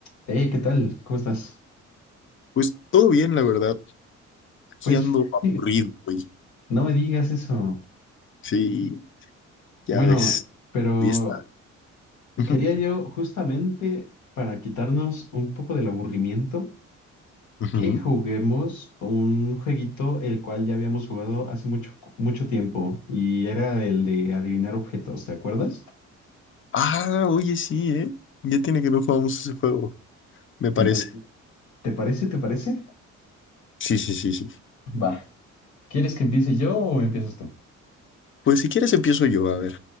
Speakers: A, on the left; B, on the left.
A: Hey, ¿qué tal? ¿Cómo estás?
B: Pues todo bien, la verdad. Aquí
A: Pues
B: ando aburrido,
A: <laughs>
B: güey.
A: no me digas eso.
B: Sí, ya
A: Bueno,
B: ves.
A: pero
B: Ahí está. Ujú,
A: quería yo justamente para quitarnos un poco del aburrimiento
B: ujú.
A: que juguemos un jueguito el cual ya habíamos jugado hace mucho, mucho tiempo y era el de adivinar objetos, ¿te acuerdas?
B: Ah, oye, sí, ¿eh? Ya tiene que no jugamos ese juego, me parece.
A: Entonces, ¿te parece? ¿Te parece?
B: Sí, sí, sí, sí.
A: Va. ¿Quieres que empiece yo o empiezas tú?
B: Pues si quieres empiezo yo, a ver,